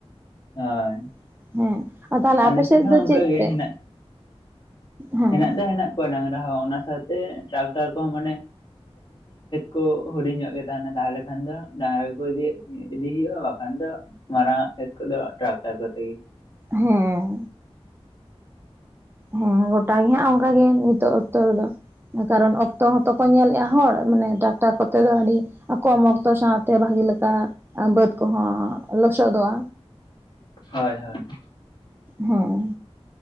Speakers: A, on the left; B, on the right.
A: ᱦᱳᱭ
B: ᱾ ᱦᱮᱸ ᱛᱟᱦᱞᱮ
A: ᱟᱞᱮ
B: ᱟᱯᱮ
A: ᱥᱮᱱ
B: ᱥᱮᱫ
A: ᱦᱚᱸ
B: ᱫᱚ
A: ᱚᱱᱠᱟ
B: ᱪᱮᱫ
A: ᱜᱮ
B: ᱛᱮ?
A: ᱦᱮᱱᱟᱜ
B: ᱦᱮᱸ
A: ᱦᱮᱱᱟᱜ ᱫᱚ ᱦᱮᱱᱟᱜ ᱠᱚᱣᱟ ᱰᱟᱝᱨᱟ ᱦᱚᱸ ᱚᱱᱟ ᱥᱟᱶᱛᱮ ᱴᱨᱟᱠᱴᱟᱨ ᱠᱚᱦᱚᱸ ᱢᱟᱱᱮ <unintelligible> ᱠᱚ ᱫᱚ ᱦᱤᱰᱤᱧ ᱧᱚᱜ ᱜᱮ ᱛᱟᱦᱮᱱᱟ ᱛᱟᱦᱚᱞᱮ ᱠᱷᱟᱱ ᱫᱚ ᱰᱟᱝᱨᱟ ᱠᱚᱠᱚ ᱤᱫᱤ ᱤᱫᱤ ᱦᱩᱭᱩᱜᱼᱟ ᱵᱟᱠᱷᱟᱱ ᱫᱚ ᱢᱟᱨᱟᱝ ᱟᱜ ᱠᱷᱮᱛ ᱠᱚᱫᱚ ᱴᱨᱟᱠ ᱴᱟᱨ ᱠᱚᱛᱮ ᱜᱮ ᱾
B: ᱦᱮᱸ ᱦᱮᱸ ᱜᱚᱴᱟᱜ ᱜᱮ ᱦᱟᱜ ᱚᱱᱠᱟᱜᱮ ᱱᱤᱛᱚᱜ ᱚᱠᱛᱚ ᱨᱮᱫᱚ ᱾ ᱠᱟᱨᱚᱱ ᱚᱠᱛᱚ ᱦᱚᱸᱛᱚ ᱠᱚ ᱧᱮᱞ ᱮᱼᱟ ᱦᱚᱲ ᱢᱟᱱᱮ ᱴᱟᱨᱟᱠᱴᱟᱨ ᱠᱚᱛᱮ ᱫᱚ ᱟᱹᱰᱤ ᱠᱚᱢ ᱚᱠᱛᱚ ᱥᱟᱶᱛᱮ ᱵᱷᱟᱜᱤ ᱡᱮᱞᱮᱠᱟ ᱵᱟᱹᱫᱽ ᱠᱚᱦᱚᱸ ᱞᱚᱥᱚᱫᱚᱜᱼᱟ
A: ᱦᱳᱭ ᱦᱳᱭ
B: ᱦᱮᱸ